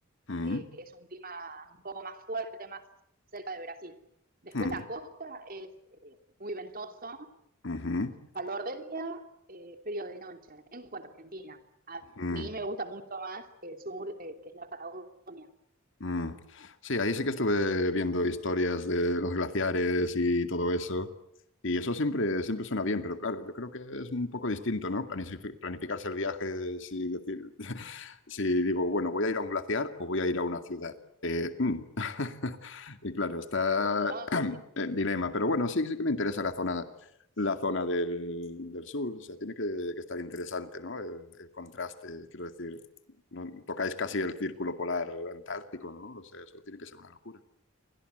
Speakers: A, on the left; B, on the right.
A: mm,
B: eh, es un clima un poco más fuerte, más cerca de Brasil. Después
A: mm,
B: la costa es eh, muy ventoso,
A: ujú,
B: calor de día, eh, frío de noche, en cuanto a Argentina. A
A: mm,
B: mí me gusta mucho más el sur, eh, que es la Patagonia.
A: mm. Sí, ahí sí que estuve viendo historias de los glaciares y todo eso. Y eso siempre, siempre suena bien, pero claro, yo creo que es un poco distinto, ¿no? Planifi- Planificarse el viaje, si decir, <laughs> si digo, bueno, voy a ir a un glaciar o voy a ir a una ciudad. Eh, mm. <laughs> Y claro, está
B: No, sí, sí,
A: el dilema, pero bueno, sí, sí que me interesa la zona, la zona del, del sur, o sea, tiene que, que estar interesante, ¿no? El, el contraste, quiero decir, no- tocáis casi el círculo polar antártico, ¿no? O sea, eso tiene que ser una locura.